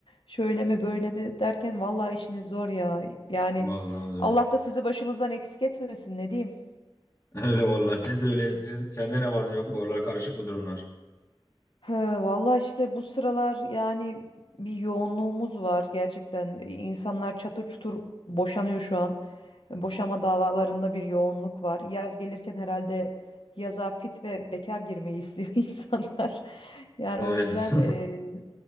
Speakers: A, on the left (about 65°); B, on the left (about 30°).
A: şöyle mi böyle mi derken vallahi işiniz zor ya yani
B: Vallahi zor.
A: Allah da sizi başımızdan eksik etmesin ne diyeyim.
B: <laughs> Öyle vallahi. Siz de öyle. Siz, sende ne var ne yok? Bu aralar karışık mı durumlar?
A: He, valla işte bu sıralar yani bir yoğunluğumuz var gerçekten. İnsanlar çatır çutur boşanıyor şu an. Boşama davalarında bir yoğunluk var. Yaz gelirken herhalde yaza fit ve bekar girmeyi istiyor <laughs> insanlar. Yani
B: Evet.
A: o yüzden e,